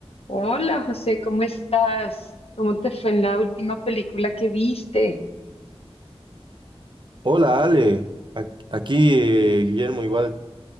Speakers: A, on the left; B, on the right.
A: Hola José, ¿cómo estás? ¿Cómo te fue en la última película que viste?
B: Hola Ale, Ac- aquí eh, Guillermo igual.